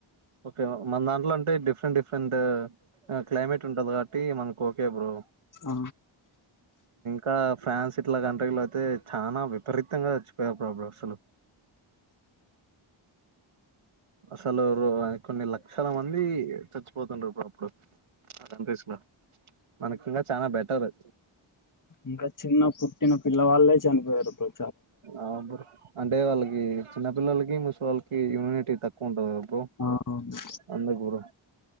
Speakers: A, on the right; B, on the left.
A: ఓకే మన దాంట్ ఎట్లాంటే డిఫరెంట్ డిఫరెంట్ క్లైమేట్ ఉంటది కాబట్టి మనకు ఓకే బ్రో
B: ఆ
A: కా ఫ్రాన్స్ ఇట్లా కంట్రీలో అయితే చాలా విపరీతంగా చచ్చిపోయారు బ్రో అప్పుడు అసలు అసలు రొ కొన్ని లక్షల మంది చచ్చిపోతుండ్రి బ్రో అప్పుడు కంట్రీస్ లో మనకి ఇంగా చానా బెటరు
B: ఇంకా చిన్నప్పు చిన్న పిల్ల వాళ్లే చనిపోయరు ప్రొ
A: ఆ బ్రో అంటే వాళ్ళకి చిన్న పిల్లలకి ముస్ వాళ్కి ఇమ్యూనిటీ తక్కువ ఉంటంది కదా బ్రో
B: ఆ అవును
A: అందుకు బ్రో